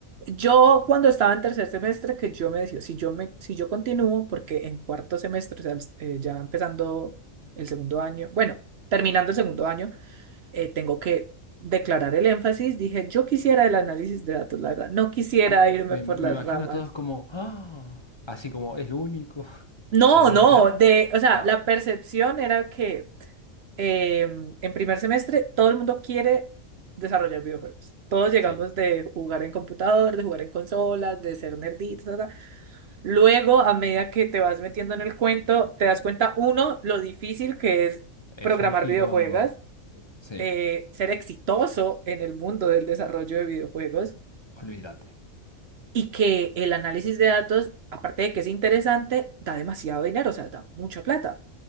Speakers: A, on the right; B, on the left.
A: Yo cuando estaba en tercer semestre, que yo me decía, si yo me, si yo continúo, porque en cuarto semestre, o sea, eh, ya empezando el segundo año, bueno, terminando el segundo año eh, tengo que declarar el énfasis. Dije, yo quisiera el análisis de datos, la verdad. No quisiera
B: Eh,
A: irme
B: me,
A: por
B: ima- me
A: las
B: imagino
A: ramas.
B: a todos como, "Ah", así como, es lo único. <laughs>
A: No,
B: ¿De verdad?
A: no, de, o sea,
B: No,
A: la percepción era que eh, en primer semestre todo el mundo quiere desarrollar videojuegos. Todos llegamos
B: sí,
A: de jugar en computador, de jugar en consolas, de ser nerditos, ta, ta. Luego, a medida que te vas metiendo en el cuento, te das cuenta, uno, lo difícil que es
B: es
A: programar
B: un quilombo.
A: videojuegos,
B: Sí,
A: eh, ser exitoso en el mundo del desarrollo de videojuegos.
B: olvídate.
A: y que el análisis de datos, aparte de que es interesante, da demasiado dinero, o sea, da mucha plata.